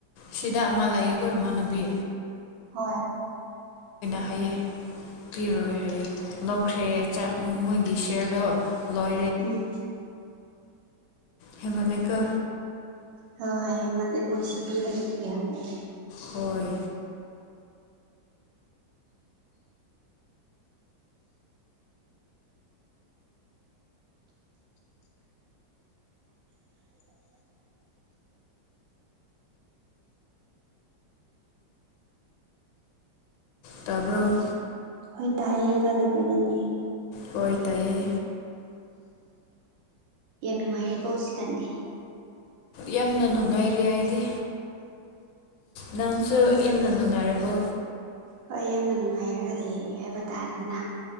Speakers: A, on the left; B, on the right.
A: ꯁꯤꯗ ꯑꯃ ꯂꯩꯀꯣ ꯏꯃꯥꯟꯅꯕꯤ
B: ꯍꯣꯏ
A: ꯍꯥꯏꯑꯦ ꯄꯤꯔꯣꯏ ꯍꯥꯏꯌꯦ ꯂꯧꯈ꯭ꯔꯦ ꯆꯥꯛ ꯃꯣꯏꯒꯤ ꯁꯤꯌꯔꯗꯣ ꯂꯣꯏ
B: ꯎꯝ
A: ꯍꯦꯟꯃꯜꯂꯦꯀꯣ
B: ꯍꯣꯢ ꯍꯦꯟꯃꯜꯂꯦ ꯃꯣꯢ ꯁꯤ ꯄꯤꯕ ꯌꯥꯕꯅꯦ
A: ꯍꯣꯏ ꯇꯥꯕ꯭ꯔꯣ
B: ꯍꯣꯏ ꯇꯥꯏꯌꯦ ꯇꯥꯗꯕ꯭ꯔꯣ ꯅꯪꯗꯤ
A: ꯍꯣꯏ ꯇꯥꯏꯌꯦ
B: ꯌꯥꯝ ꯅꯨꯡꯉꯥꯏꯔꯤꯕꯣ ꯍꯧꯁꯤꯀꯥꯟꯗꯤ
A: ꯌꯥꯝꯅ ꯅꯨꯡꯉꯥꯏꯔꯦ ꯑꯩꯗꯤ ꯅꯪꯁꯨ ꯌꯥꯝꯅ ꯅꯨꯡꯉꯥꯏꯔꯕꯣ
B: ꯍꯣꯏ ꯌꯥꯝꯅ ꯅꯨꯡꯉꯥꯏꯔꯒ ꯂꯩꯔꯦ ꯍꯥꯏꯕ ꯇꯥꯔꯦꯗꯅ